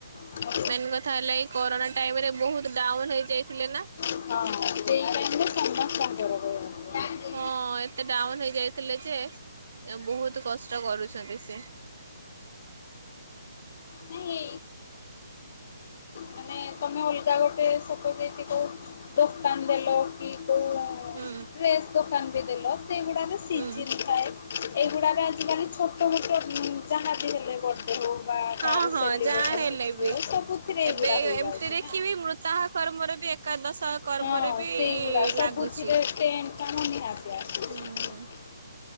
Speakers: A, on the left; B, on the right.
A: ହଁ
B: ମେନ କଥା ହେଲା ଏଇ କରନା ଟାଇମ୍ ରେ ବହୁତ ଡାଉନ୍ ହେଇଯାଇଥିଲେ ନାଁ।
A: ହଁ ସେଇ ଟାଇମରେ ସମସ୍ତଙ୍କର ରହିବ। ଜାଣିନି।
B: ହଁ ଏତେ ଡାଉନ୍ ହେଇଯାଇଥିଲେ ଯେ ଏଁ ବୋହୁତ କଷ୍ଟ କରୁଛ ବି ସିଏ।
A: ନାଁଇ ଏ ମାନେ ତମେ ଅଲଗା ଗୋଟେ ସପୋଜ୍ ଏଠି କୋଉ ଦୋକାନ ଦେଲ କି କୋଉ
B: ହୁଁ
A: ଡ୍ରେସ୍ ଦୋକାନ ବି ଦେଲ ସେଗୁଡ଼ାରେ ସିଜିନ୍
B: ହୁଁ
A: ଥାଏ। ଏଇଗୁଡ଼ାକ ଆଜିକାଲି ଛୋଟମୋଟ ଯାହା ବି ହେଲେ କରୁ ହୋଉ ବା
B: ହଁ
A: କାହାର
B: ହଁ
A: ସେଲିବ୍ରେସନ୍
B: ଯାହା ହେଲେ
A: କିଛି ବି ହୋଉ ସବୁଥିରେ
B: ଏବେ
A: ଏଇଗୁଡ଼ା ହେଇଯାଉଛି
B: ଏମିତିରେ
A: ନାଁ।
B: କି ବି ମୃତାହ କର୍ମରେ ବି ଏକାଦଶ କର୍ମରେ
A: ହଁ
B: ବି
A: ସେଇଗୁଡ଼ା ସବୁଥିରେ
B: ଲାଗୁଛି।
A: ଟେଣ୍ଟ୍ ଟା ମାନେ ନିହାତି ଆସୁଚି।
B: ହୁଁ।